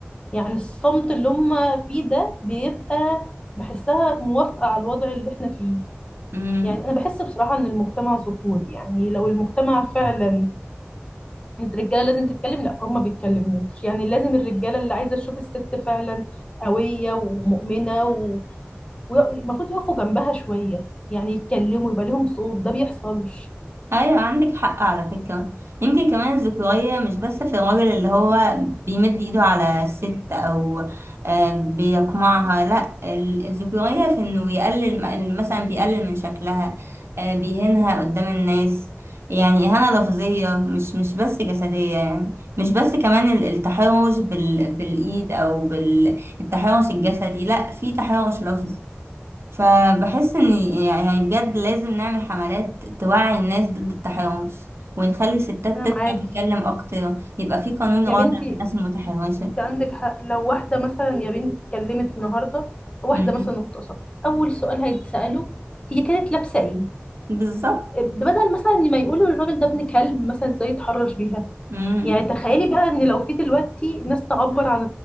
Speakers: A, on the left; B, on the right.
A: يعني الصمت اللي هم فيه ده بيبقى بحسها موافقه على الوضع اللي احنا فيه
B: مم.
A: يعني انا بحس بصراحه ان المجتمع ذكوري يعني لو المجتمع فعلا الرجاله لازم تتكلم لا فهم ما بيتكلموش يعني لازم الرجاله اللي عايزه تشوف الست فعلا قويه ومؤمنه و- ومفروض يقفوا جنبها شويه يعني يتكلموا يبقى ليهم صوت ده بيحصلش
B: ايوه عندك حق على فكرة يمكن كمان الذكورية مش بس في الراجل اللي هو بيمد ايده على الست او آم، بيقمعها لا ال- الذكورية في انه يقلل م- مثلا بيقلل من شكلها آه، بيهينها قدام الناس يعني إهانة لفظية مش مش بس جسدية يعني مش بس كمان ال- التحرش بال... بالإيد أو بالتحرش الجسدي لأ في تحرش لفظي فبحس ان يعني يعني بجد لازم نعمل حملات توعي الناس ضد التحرش ونخلي الستات
A: انا معاكي
B: تطلع تتكلم اكتر يبقى في قانون
A: يا
B: راضع
A: بنتي
B: عن الناس المتحرشة
A: انت عندك حق لو واحده مثلا يا بنتي اتكلمت النهارده واحده
B: مم.
A: مثلا اغتصبت اول سؤال هيتساله هي كانت لابسه ايه
B: بالظبط
A: بدل مثلا ما يقولوا للراجل ده ابن كلب مثلا ازاي يتحرش بيها
B: مم.
A: يعني تخيلي بقى ان لو في دلوقتي ناس تعبر عن